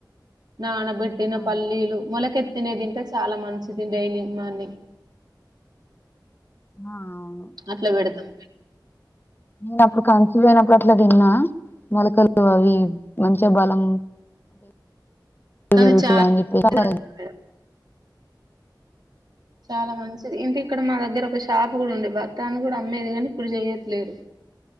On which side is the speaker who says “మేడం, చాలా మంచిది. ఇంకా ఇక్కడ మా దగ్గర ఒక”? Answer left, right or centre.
Right